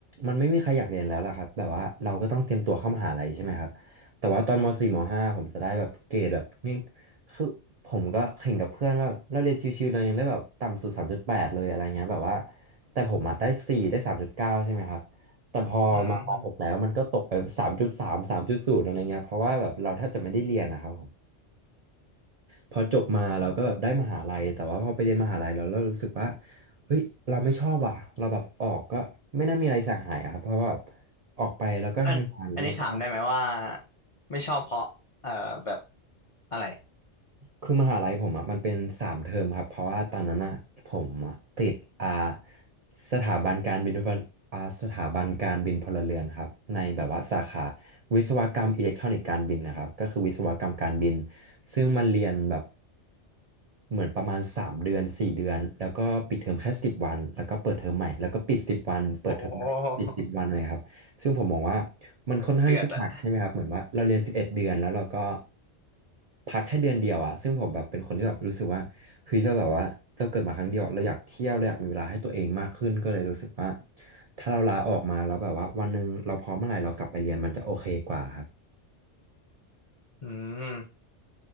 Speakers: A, on the right; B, on the left.
A: มันไม่มีใครอยากเรียนแล้วล่ะครับแบบว่าเราก็ต้องเตรียมตัวเข้ามหาลัยใช่ไหมครับแต่ว่าตอนมสี่ม .5 ผมจะได้แบบเกรดแบบง่ายคือผมก็แข่งกับเพื่อนว่าเราเรียนชิวๆเรายังได้แบบต่ำสุด3.8เลยอะไรเงี้ยแบบว่าแต่ผมอะได้4ได้3.9ใช่ไหมครับแต่พอมามหกแล้วมันก็ตกไป3.3
B: อืม
A: 3.0อะไรเงี้ยเพราะว่าแบบเราแทบจะไม่ได้เรียนนะครับผม พอจบมาเราก็แบบได้มหาลัยแต่ว่าพอไปเรียนมหาลัยแล้วเรารู้สึกว่าเฮ้ยเราไม่ชอบว่ะเราแบบออกก็ไม่น่ามีอะไรเสียหายอะครับเพราะว่าออกไปแล้วก็ทำงานแล้วเราก็
B: อันอันนี้ถามได้ไหมว่าไม่ชอบเพราะเอ่อแบบอะไร
A: คือมหาลัยผมอ่ะมันเป็นสามเทอมครับเพราะว่าตอนนั้นอ่ะผมอะติดอ่าสถาบันการบินพลอ่าสถาบันการบินพลเรือนครับในแบบว่าสาขาวิศวกรรมอิเล็กทรอนิกส์การบินนะครับก็คือวิศวกรรมการบินซึ่งมันเรียนแบบเหมือนประมาณสามเดือนสี่เดือนแล้วก็ปิดเทอมแค่สิบวันแล้วก็เปิดเทอมใหม่แล้วก็ปิดสิบวันเปิดเทอมใหม่ปิดสิบวันเลยครับ
B: โอ้โห
A: ซึ่งผมมองว่ามันค่อนข้างที่จะหนักใช่ไหมครับเหมือนว่าเราเรียนสิบเอ็ดเดือนแล้วเราก็
B: เดือดอ่ะ
A: พักแค่เดือนเดียวอะซึ่งผมแบบเป็นคนที่แบบรู้สึกว่าเฮ้ยเราแบบว่าเราเกิดมาครั้งเดียวเราอยากเที่ยวเราอยากมีเวลาให้ตัวเองมากขึ้นก็เลยรู้สึกว่าถ้าเราลาออกมาแล้วแบบว่าวันหนึ่งเราพร้อมเมื่อไหร่เรากลับไปเรียนมันจะโอเคกว่าครับ
B: อืม